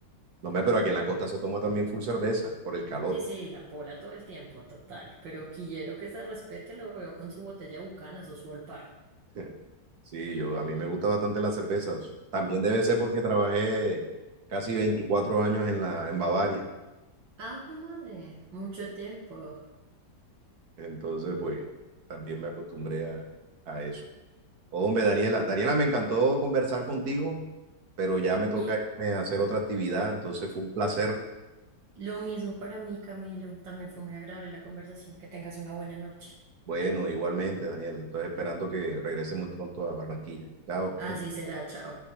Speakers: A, on the right (about 60°); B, on the right (about 80°).
A: no, hombre, pero aquí en la costa se toma también full cerveza por el calor.
B: Sí, sí, la pola todo el tiempo, total. Pero quillero que se respete, lo veo con su botella de Bucanas o su Olpar.
A: <laughs> Sí, yo, a mí me gusta bastante las cervezas. También debe ser porque trabajé casi 24 años en la, en Bavaria.
B: Ah, pues madre, mucho tiempo.
A: Entonces, pues, también me acostumbré a, a eso. Hombre, Daniela, Daniela, me encantó conversar contigo, pero ya me toca
B: Y
A: irme a hacer otra actividad. Entonces, fue un placer.
B: lo mismo para mí, Camilo. También fue muy agradable la conversación. Que tengas una buena noche.
A: Bueno, igualmente, Daniela. Entonces, esperando que regrese muy pronto a Barranquilla. Chao.
B: Así será, chao.